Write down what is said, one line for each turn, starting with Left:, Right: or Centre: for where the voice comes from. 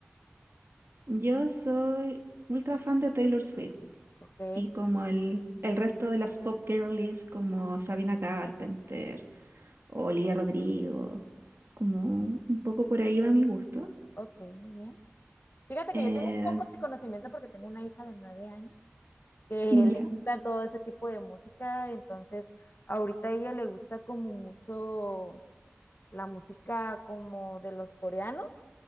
Right: Yo soy ultra fan de Taylor Swift.
Left: Ok,
Right: y como el, el resto de las pop girlies como Sabina Carpenter o Olivia Rodrigo, como un poco por ahí va mi gusto.
Left: ok, muy bien. Fíjate
Right: Eh,
Left: que yo tengo un poco de conocimiento porque tengo una hija de nueve años que
Right: ya.
Left: le gusta todo ese tipo de música, entonces ahorita a ella le gusta como mucho la música como de los coreanos,